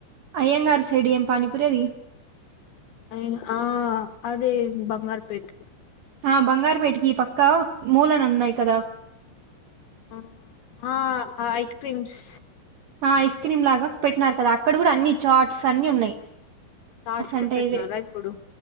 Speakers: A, on the right (about 70°); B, on the left (about 70°).
A: అయ్యంగార్ సైడ్ ఏం పానీపురది
B: అయి ఆ అది బంగారుపేట్
A: ఆ బంగారుపేటకి పక్కా మూలనున్నాయి కదా
B: అ ఆ ఐస్ క్రీమ్స్
A: ఆ ఐస్ క్రీమ్ లాగా పెట్టినారు గదా అక్కడ గూడా అన్ని చాట్స్ అన్ని ఉన్నాయి
B: చాట్స్ కూడ్
A: అంటే
B: పెట్టినారా
A: ఇవే
B: ఇప్పుడు